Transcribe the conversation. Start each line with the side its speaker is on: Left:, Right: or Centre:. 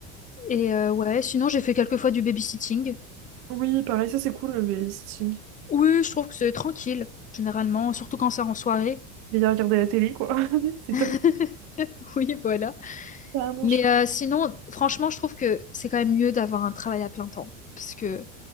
Left: Et euh, ouais, sinon, j'ai fait quelques fois du babysitting.
Right: Oui, pareil, ça, c'est cool, le stitching.
Left: Oui, je trouve que c'est tranquille, généralement, surtout quand c'est en soirée.
Right: Veiller à regarder la télé, quoi. <laughs> C'est
Left: <laughs>
Right: top.
Left: Oui, voilà.
Right: C'est vraiment
Left: Mais
Right: chouette.
Left: euh, sinon, franchement, je trouve que c'est quand même mieux d'avoir un travail à plein temps. Parce que